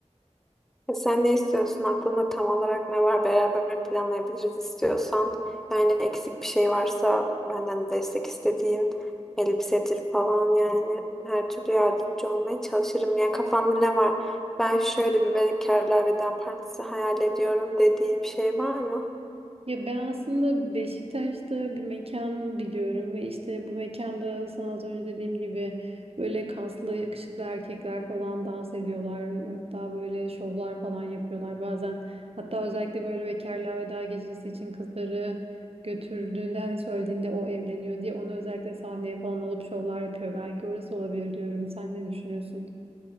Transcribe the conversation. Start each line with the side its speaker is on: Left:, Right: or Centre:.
Centre: Sen ne istiyorsun? Aklında tam olarak ne var? Beraber planlayabiliriz istiyorsan. Yani eksik bir şey varsa benden destek istediğin elbisedir falan yani her türlü yardımcı olmaya çalışırım. Yani kafanda ne var? Ben şöyle bir bekarlığa veda partisi hayal ediyorum dediğin bir şey var mı?
Right: Ya ben aslında Beşiktaş'ta bir mekan biliyorum ve işte bu mekanda sana az önce dediğim gibi böyle kaslı yakışıklı erkekler falan dans ediyorlar. Hatta böyle şovlar falan yapıyorlar bazen. Hatta özellikle böyle bekarlığa veda gecesi için kızları götürdüğünde hani söylediğinde o evleniyor diye onu özellikle sahneye falan alıp şovlar yapıyor. Belki orası olabilir diyorum. Sen ne düşünüyorsun?